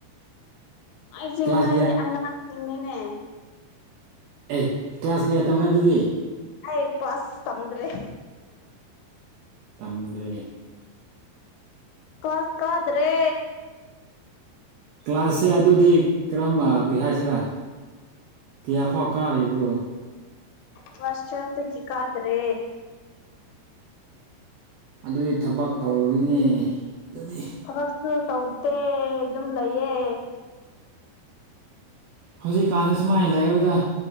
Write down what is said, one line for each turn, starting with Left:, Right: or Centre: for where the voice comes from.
Left: ꯅꯥꯏ ꯆꯤꯡ
Right: ꯀ꯭ꯂꯥꯁ
Left: ꯅꯣꯏꯗꯤ
Right: ꯀꯌꯥ
Left: ꯑꯉꯥꯡꯁꯤꯡꯅꯤꯅꯦ
Right: ꯑꯦ ꯀ꯭ꯂꯥꯁ ꯀꯌꯥ ꯇꯝꯅꯦ ꯑꯗꯨꯗꯤ
Left: ꯑ ꯋꯥꯁ ꯇꯝꯗ꯭ꯔꯔꯤ
Right: ꯇꯝꯗ꯭ꯔꯦ
Left: ꯀꯥꯁ ꯀꯗ꯭ꯔꯦ
Right: ꯀ꯭ꯂꯥꯁꯁꯦ ꯑꯗꯨꯗꯤ ꯀꯔꯝꯕ ꯀꯩ ꯍꯥꯏꯁꯤꯔꯥ ꯀꯌꯥꯐꯥꯎ ꯀꯥꯔꯤꯕ꯭ꯔꯣ
Left: ꯐꯁꯗ ꯀ ꯀꯗ꯭ꯔꯦ
Right: ꯑꯗꯨꯗꯤ ꯊꯕꯛ ꯇꯧꯔꯕꯅꯦ ꯑꯗꯨꯗꯤ
Left: ꯊꯕꯛꯁꯨ ꯇꯧꯗꯦ ꯑꯗꯨꯝ ꯂꯩꯌꯦ
Right: ꯍꯧꯖꯤꯛꯀꯥꯟꯁꯤ ꯁꯨꯃꯥꯏꯅ ꯂꯑꯣꯧꯗ